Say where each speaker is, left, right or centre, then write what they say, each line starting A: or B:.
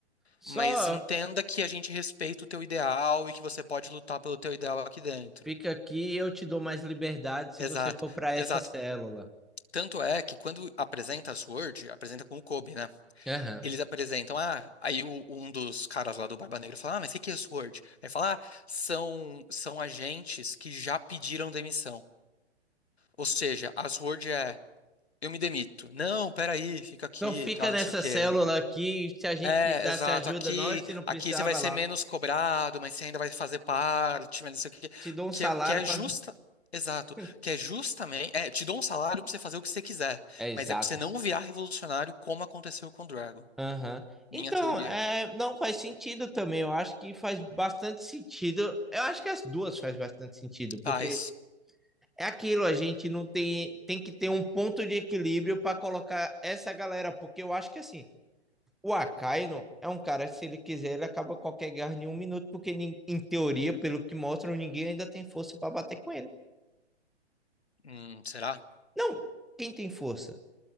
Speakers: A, in the centre; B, on the left.
A: Só
B: Mas entenda que a gente respeita o teu ideal e que você pode lutar pelo teu ideal aqui dentro.
A: Fica aqui, eu te dou mais liberdade se
B: Exato,
A: você for para essa
B: exato.
A: célula.
B: Tanto é que quando apresenta as Word, apresenta com o Kobe, né?
A: Aham.
B: Eles apresentam, ah, aí o- um dos caras lá do Barba Negra fala, ah, mas o que que é Sword? Aí fala, ah, são, são agentes que já pediram demissão. Ou seja, as Word é, eu me demito. Não, peraí, fica aqui,
A: Então fica
B: tal,
A: nessa
B: não sei o quê.
A: célula aqui, se a gente
B: É,
A: precisar,
B: exato.
A: você ajuda
B: Aqui,
A: nós, se não precisar,
B: aqui você vai
A: vai
B: ser
A: lá.
B: menos cobrado, mas você ainda vai fazer parte, mas não sei o quê.
A: Te dou um
B: Que,
A: salário
B: é- que é
A: para.
B: justa. Exato.
A: <laughs>
B: Que é justamente. É, te dou um salário pra você fazer o que você quiser.
A: É exato.
B: Mas é pra você não virar revolucionário como aconteceu com o Dragon.
A: Aham.
B: Minha
A: Então,
B: teoria.
A: é, não faz sentido também. Eu acho que faz bastante sentido. Eu acho que as duas faz bastante sentido, porque
B: Paz.
A: é aquilo, a gente não tem, tem que ter um ponto de equilíbrio para colocar essa galera, porque eu acho que assim, O Akainu é um cara, se ele quiser, ele acaba qualquer guerra em um minuto, porque nin- em teoria, pelo que mostram, ninguém ainda tem força para bater com ele.
B: Hum, será?
A: Não, quem tem força?